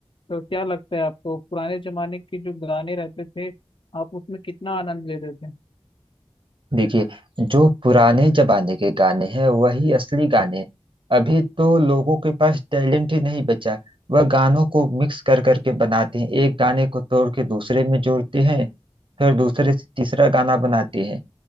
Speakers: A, on the left (about 55°); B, on the right (about 55°).
A: तो क्या लगता है आपको पुराने जमाने के जो गाने रहते थे आप उसमें कितना आनंद लेते थे
B: देखिए जो पुराने जमाने के गाने हैं वही असली गाने हैं। अभी तो लोगों के पास टैलेंट ही नहीं बचा वह गानों को मिक्स कर करके बनाते हैं एक गाने को तोड़ के दूसरे में जोड़ते हैं फिर दूसरे से तीसरा गाना बनाते हैं